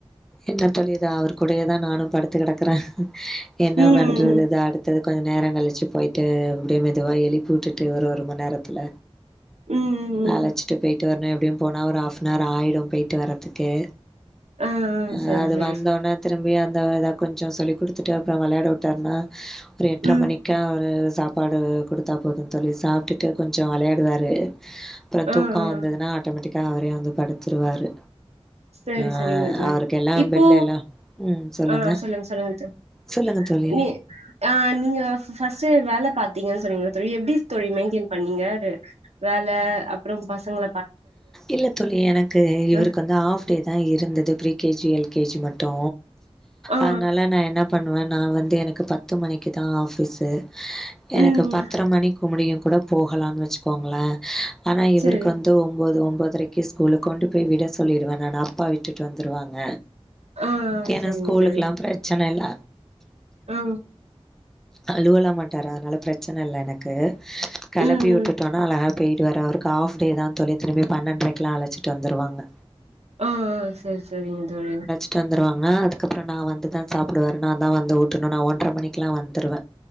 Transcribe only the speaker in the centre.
என்ன தோழி இதா அவர் கூடயேதா நானு படுத்து கெடக்குற என்ன
பண்றது இத அடு த்து கொஞ்ச நேரன்கழிச்சு போய்ட்டு அப்டியே மெதுவா எழுப்பி உட்டுட்டு ஒரு ஒருமண் நேரத்துல
அழச்ட்டு பேய்ட்டு வர்ணு எப்டியும் போனா ஒரு ஆஃப்னர் ஆய்டு பேய்ட்டு வரதுக்கே
ம்
அது
வந்தோன
திரும்பியு அந்த எதா கொஞ்சோ சொல்லி குடுத்துட்டு அப்றோ வெளையாட உட்டான்னா ஒரு எட்ர
மணி க்கா ஒரு சாப்பாடு குடுத்தா போதுந்தோழி சாப்ட்டுட்டு கொஞ்சோ வெளையாடுவாரு அப்றோ
தூக்கோ வந்ததுனா ஆட்டோமேட்டிக்கா அவரே வந்து படுத்துருவாரு
அ
அவருக்கெல்லா
பெட்ல எல்லா ம் சொல்லுங்க
சொல்லுங்க தோழி
இல்ல தோழி எனக்கு இவருக்
வந்து ஆஃப் டேதா இருந்தது pre K G L K G மட்டு
அதுனால நா என்ன பண்ணுவே நா வந்து எனக்கு பத்து மணிக்கு தா ஆஃபிஸு எனக்கு
பத்ர
மணிக்கு முடியுன் கூட போகலான் வச்சுக்கோங்ள ஆனா இவருக்
வந்து ஒம்போது ஒம்போதுரைக்கு ஸ்கூலு கொண்டு போய் விட சொல்லிருவ நானு அப்பா விட்டுட்டு வந்துருவாங்க
ஏனா
ஸ்கூலுக்குலா
பிரச்சன இல்ல
அழுவலா மாட்டாரு அதுனால பிரச்சன இல்ல எனக்கு கெளப்பி
உட்டுட்டோனா அழகா பேய்ருவாரு அவருக்கு ஆஃப் டே தா தோழி திரும்பியு பன்னென்றரைக்குலா அழச்சிட்டு வந்துருவாங்க
ட்டு வந்துருவாங்க அதுக்கப்றோ நா வந்து தா சாப்டுவாரு நான்தா வந்து ஊட்டணு நா ஒன்ற மணிக்குலா வந்துருவ